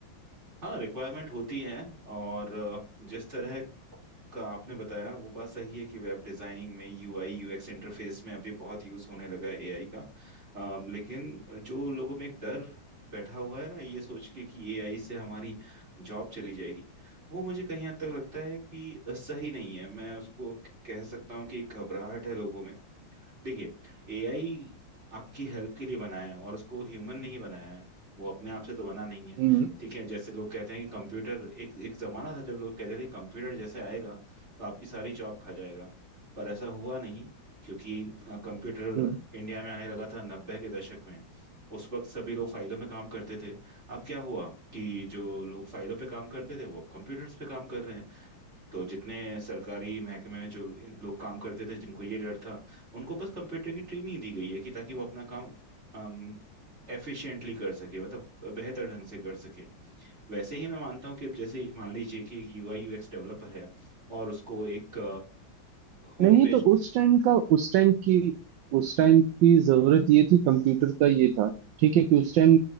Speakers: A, on the right; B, on the right.
A: हाँ रिक्वायरमेंट होती है और अ, जिस तरह का आपने बताया वो बात सही है कि वेब डिजाइनिंग में यूआई यूएक्स इंटरफेस में अभी बहुत यूज होने लगा है एआई का अम, लेकिन जो लोगों में एक डर बैठा हुआ है ना ये सोच के कि एआई से हमारी जॉब चली जाएगी वो मुझे कहीं हद तक लगता है कि सही नहीं है मैं उसको कह सकता हूँ कि एक घबराहट है लोगों में देखिए एआई आपकी हेल्प के लिए बनाया है और उसको ह्यूमन नहीं बनाया है वो अपने आप से तो बना नहीं है
B: हम्म
A: ठीक है जैसे लोग कहते हैं कि कंप्यूटर एक एक जमाना था जब लोग कहते थे कंप्यूटर जैसे आएगा तो आपकी सारी जॉब खा जाएगा पर ऐसा हुआ नहीं क्योंकि अ, कंप्यूटर
B: हाँ
A: इंडिया में आने लगा था नब्बे के दशक में उस वक्त सभी लोग फाइलों में काम करते थे अब क्या हुआ कि जो लोग फाइलों पे काम करते थे वो अब कंप्यूटर्स पे काम कर रहे हैं तो जितने सरकारी महकमे में जो इन- लोग काम करते थे जिनको ये डर था उनको बस कंप्यूटर की ट्रेनिंग दी गई है कि ताकि वो अपना काम अम, एफिशिएंटली कर सके मतलब बेहतर ढंग से कर सके वैसे ही मैं मानता हूँ कि अब जैसे ही मान लीजिए कि यूआई यूएक्स डेवलपर है और उसको एक होम
B: नहीं
A: पेज
B: तो उस टाइम का उस टाइम की उस टाइम की जरूरत ये थी कंप्यूटर का ये था ठीक है कि उस टाइम